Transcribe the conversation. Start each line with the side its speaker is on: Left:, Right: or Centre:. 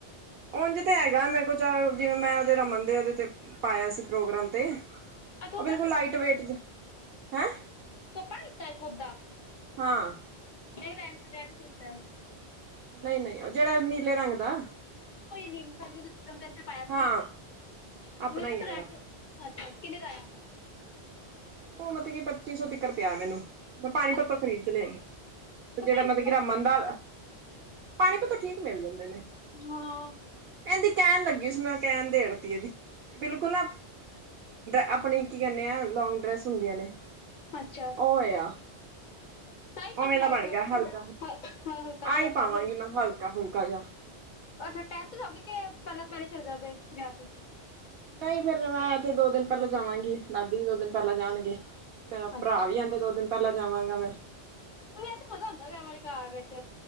Right: ਉਝ ਤੇ ਹੈਗਾ ਮੈਂ ਕੋ ਚ ਜਿਵੇਂ ਮੈਂ ਦੇ ਰਮਨ ਦੇ ਦੇ ਤੇ ਪਾਇਆ ਸੀ ਪ੍ਰੋਗਰਾਮ ਤੇ
Left: ਆ ਧੋਪਾ
Right: ਉਹ ਬਿਲਕੁਲ
Left: ਨੀ
Right: ਲਾਈਟ ਵੇਟ ਜਾ ਹੈ
Left: ਧੁਪਾਤਾ ਖੁਦ ਦਾ
Right: ਹਾਂ
Left: ਰੈਂਡ ਚ ਦਿੱਤਾ
Right: ਨਹੀਂ ਨਹੀਂ ਉਹ ਜਿਹੜਾ ਨੀਲੇ ਰੰਗ ਦਾ
Left: ਨੀਮ ਸਾ ਜੀ ਜਨਮ ਦਿਨ ਚ ਪਾਇਆ
Right: ਹਾਂ
Left: ਸੀ ਉਹ
Right: ਆਪਣਾ ਹੀ ਹੈ ਮੇਰਾ
Left: ਰੈਂਟ ਅੱਛਾ ਕਿੰਨੇ ਦਾ ਆਇਆ <unintelligible>
Right: ਉਹ ਮਤਲਬ ਕਿ ਪੱਚੀ ਸੌ ਤਰ ਪਿਆ ਮੈਨੂੰ ਮੈਂ ਪਾਣੀ
Left: ਹਲਕਾ
Right: ਪੱਤੋ ਖਰੀਦ ਚ ਲਿਆਗੀ ਤੇ ਜਿਹੜਾ
Left: ਪੰਜ
Right: ਮਤਲਬ ਕਿ
Left: ਹਾਂ
Right: ਰਮਨ ਦਾ ਪਾਣੀ ਪੱਤੋ ਠੀਕ ਮਿਲ ਜਾਂਦੇ ਨੇ
Left: ਹਾਂ
Right: ਕਹਿੰਦੀ ਕਹਿਣ ਲੱਗੀ ਸੀ ਮੈਂ ਕਹਿਣ ਦੇੜਤੀ ਇਹਦੀ ਬਿਲਕੁਲ ਆਪਣੀ ਕੀ ਕਹਿੰਦੇ ਆ ਲੋਂਗ ਡਰੈਸ ਹਦੀ ਨੇ
Left: ਅੱਛਾ
Right: ਉਹ ਆ
Left: ਤਾਈ ਪਾ
Right: ਉਵੇਂ
Left: ਲਈ ਲਾਈਟ
Right: ਦਾ ਬਣ
Left: ਵੇਟ
Right: ਗਿਆ ਹਲਕਾ ਫੁਕਾ
Left: ਹਾਂ ਹਲਕਾ ਤਾਂ
Right: ਆ ਹੀ
Left: ਹੈਗਾ ਪਾ
Right: ਪਾਵਾਂਗੀ
Left: ਲਈ
Right: ਮੈਂ ਹਲਕਾ ਫੁਲਕਾ ਜਿਹਾ
Left: ਅੱਛਾ ਟਾਈਮ ਤੇ ਜਾਓਗੀ ਕਿ ਪਹਿਲਾਂ ਤੋਂ ਪਹਿਲੇ ਚਲੇ ਜਾਓਗੇ ਵਿਆਹ ਚ
Right: ਨਹੀਂ ਫਿਰ ਮੈਂ ਤੇ ਦੋ ਦਿਨ ਪਹਿਲਾਂ ਜਾਵਾਂਗੀ ਦਾਦੀ ਵੀ ਦੋ ਦਿਨ ਪਹਿਲਾਂ ਜਾਣਗੇ ਮੇਰਾ
Left: ਅੱਛਾ
Right: ਭਰਾ ਵੀ ਆਂਦੇ ਦੋ ਦਿਨ ਪਹਿਲਾਂ ਜਾਵਾਂਗਾ ਮੈਂ
Left: ਵੈਸੇ ਮਜਾ ਆਂਦਾ ਵਿਆਹ ਵਾਲੇ ਘਰ ਵਿੱਚ